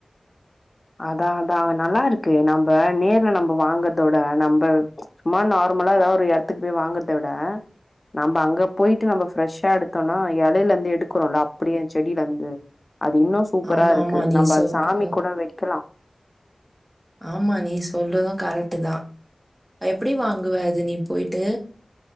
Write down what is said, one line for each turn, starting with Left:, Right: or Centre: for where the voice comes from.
Left: அதா அதா நல்லாருக்கு நம்ப நேர்ல நம்ப வாங்கறதோட நம்ப சும்மா நார்மலா எதாவது ஒரு எடத்துக்கு போய் வாங்குறத விட நம்ப அங்க போய்ட்டு நம்ப ஃப்ரெஷ்ஷா எடுத் த்தோனா எலையில இருந்து எடுக்குறோல அப்டியே செடில இருந்து அது இன்னு சு சூப்பரா
Right: ஆமா
Left: இருக்கு
Right: ஆமா நீ
Left: நம்ப
Right: சொல்றது
Left: அத சாமி கூட வக்கலா
Right: ஆமா நீ சொல்றது கரெக்ட்தா எப்டி வாங்குவ அது நீ போய்ட்டு